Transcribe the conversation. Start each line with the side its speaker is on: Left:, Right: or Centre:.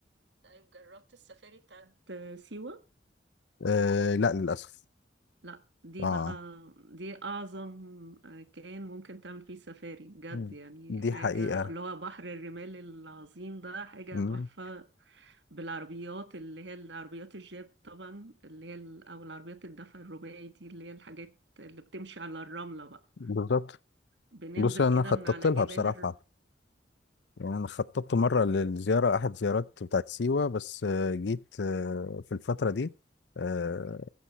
Right: طيب جربت السفاري بتاعت بتاعت سيوة
Left: آه لا للاسف
Right: لا دي
Left: اه
Right: بقى دي أعظم كان ممكن تعمل فيه سفاري بجد
Left: مم.
Right: يعني
Left: دي
Right: حاجة
Left: حقيقة
Right: اللي هو بحر الرمال العظيم ده حاجة
Left: مم.
Right: تحفة بالعربيات اللي هي العربيات الجيب طبعا اللي هي ال- أو العربيات الدفع الرباعي دي اللي هي الحاجات اللي بتمشي على الرملة بقى
Left: بالظبط
Right: بننزل
Left: بص انا
Right: كده
Left: خططت
Right: من على
Left: لها
Right: جبال
Left: بصراحه يعني انا خططت مره للزياره احد زيارات بتاعت سيوه بس آه، جيت آه، في الفتره دي آه،